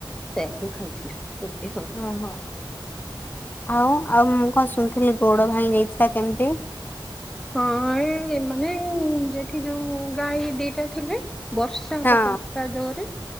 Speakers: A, in the centre; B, on the left (about 20°).
A: ସେୟାକୁ ଖାଇଥିଲି। ରୁଟି ସନ୍ତୁଳା
B: ହ ହୋଁ ଆଉ। ଆଉ ମୁଁ କଣ ଶୁଣିଥିଲି ଗୋଡ ଭାାଇ ଦେଇଥିଲା କେମତି।
A: ହଁ ମାନେ ସେଠି ଯୋଉ ଗାଈ ଦିଟା ଥିଲେ। ବର୍ଷା
B: ହଁ
A: ପକଉଥିଲା ଜୋରେ